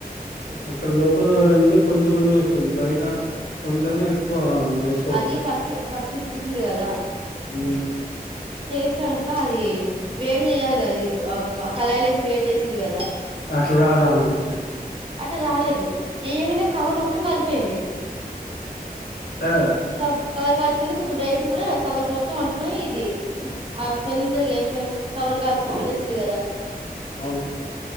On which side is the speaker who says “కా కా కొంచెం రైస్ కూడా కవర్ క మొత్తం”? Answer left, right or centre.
Right